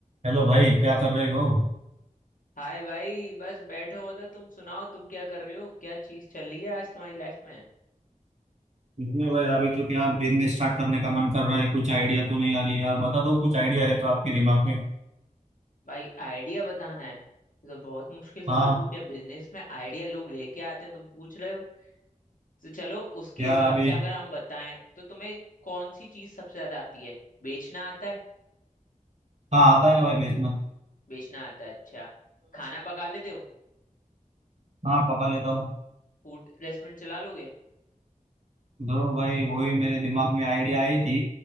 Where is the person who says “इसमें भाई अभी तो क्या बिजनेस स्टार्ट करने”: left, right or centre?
Right